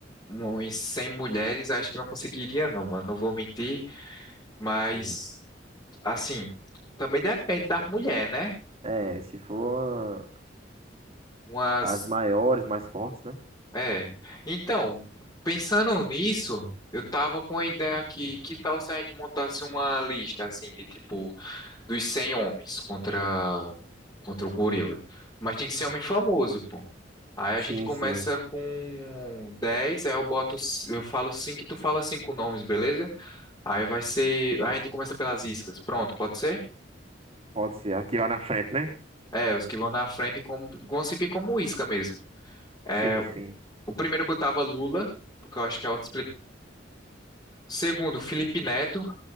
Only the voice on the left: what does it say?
uns 100 mulheres, acho que não conseguiria, não, mano. Não vou mentir, mas,
assim, também depende da mulher, né?
Umas
É. Então, pensando nisso, eu tava com a ideia aqui, que tal se a gente montasse uma lista assim de tipo dos 100 homens contra contra o gorila. Mas tem que ser homem famoso, pô. Aí a
gente começa
com 10, aí eu boto, c- eu falo 5, e tu fala cinco nomes, beleza? Aí vai ser, a gente começa pelas iscas. Pronto, pode ser?
É, os que vão na frente como, vão se vir como isca mesmo. É,
o primeiro eu botava Lula, porque eu acho que é auto Segundo, Felipe Neto,